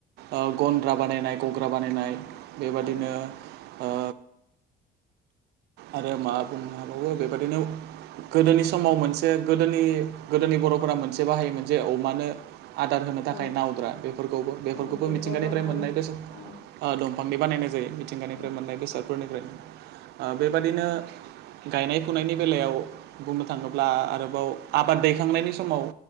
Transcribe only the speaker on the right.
ओ गन्द्रा बानायनाय गग्रा बानायनाय बेबादिनो
ओ आरो मा बुंनो हाबावो बेबायदिनो गोदोनि समाव मोनसे गोदोनि गोदोनि बर'फोरा मोनसे बाहायोमोन जे अमानो आदार होनो थाखाय
नावद्रा बेफोरखौबो बेफोरखौबो
मिथिंगानिफ्राय
मोननाय गोसो
ओ दं। <unintelligible> बानायनाय जायो मिथिंगानिफ्राय
मोननाय बेसादफोरनिफ्रायनो ओ बेबादिनो गायनाय फुनायनि बेलायाव बुंनो थाङोब्ला आरोबाव आबाद दैखांनायनि समाव